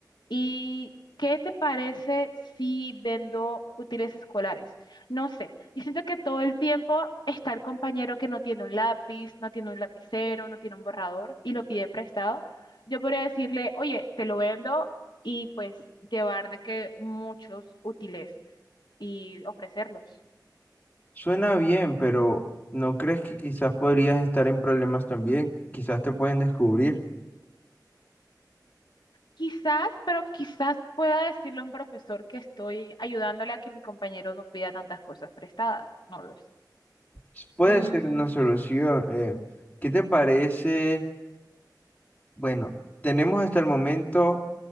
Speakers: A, on the left (about 80°); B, on the left (about 20°).
A: ¿Y qué te parece si vendo útiles escolares? No sé, yo siento que todo el tiempo está el compañero que no tiene un lápiz, no tiene un lapicero, no tiene un borrador y lo pide prestado. Yo podría decirle, oye, te lo vendo y pues llevar de que muchos útiles y ofrecerlos.
B: Suena bien, pero ¿no crees que quizás podrías estar en problemas también? Quizás te pueden descubrir.
A: Quizás, pero quizás pueda decirle a un profesor que estoy ayudándole a que mi compañero no pida tantas cosas prestadas. No lo sé.
B: S- Puede
A: Mm,
B: ser una solución. eh, ¿qué te parece? Bueno, tenemos hasta el momento...